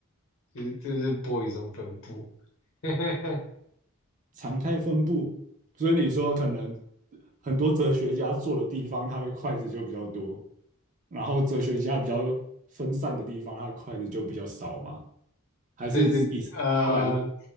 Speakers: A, on the left (about 65°); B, on the right (about 35°).
A: 就是这是 boy 中分布，<laughs>
B: 常态分布，所以你说可能很多哲学家坐的地方，他的筷子就比较多，然后哲学家比较分散的地方，他的筷子就比较少嘛？还是以后来
A: 对对，呃，